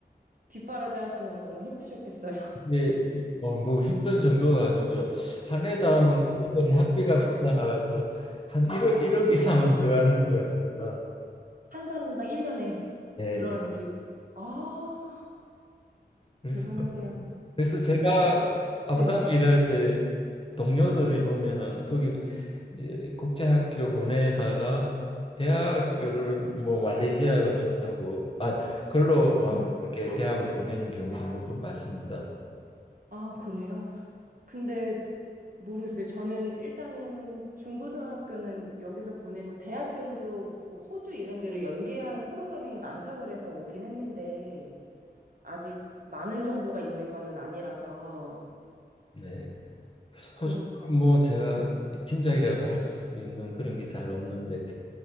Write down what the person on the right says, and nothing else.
뒷바라지 하시느라 너무 힘드셨겠어요.
<laughs>
네.
한 사람당 1년에
들어가는 비용. 아,
대단하세요.
네.
음.
아, 그래요? 근데 모르겠어요. 저는 일단은 중고등학교는 여기서 보내고 대학교는 또 뭐 호주 이런 데로 연계하는 프로그램이 많다고 그래서 오긴 했는데 아직 많은 정보가 있는 거는 아니라서
그렇게